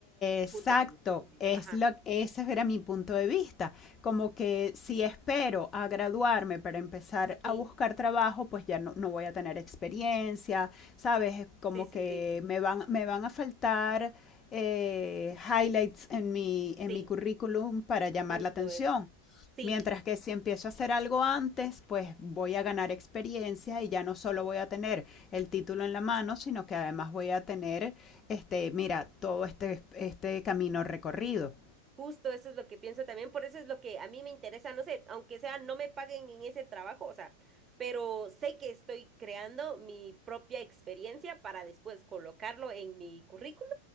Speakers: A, on the left; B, on the right.
A: Exacto,
B: junto con mis estudios.
A: es
B: Ajá.
A: lo, ese era mi punto de vista. Como que si espero a graduarme para empezar
B: Sí,
A: a buscar trabajo, pues ya no, no voy a tener experiencia, ¿sabes? Es Como
B: sí, sí,
A: que
B: sí.
A: me van, me van a faltar eh, highlights en mi,
B: Sí,
A: en mi currículum para llamar
B: justo
A: la atención.
B: eso. Sí,
A: Mientras que si empiezo a hacer algo antes, pues voy a ganar experiencia y ya no solo voy a tener el título en la mano, sino que además voy a tener, este, mira, todo este, este camino recorrido.
B: Justo eso es lo que pienso también, por eso es lo que a mí me interesa, no sé, aunque sea no me paguen en ese trabajo, o sea, pero sé que estoy creando mi propia experiencia para después colocarlo en mi currículum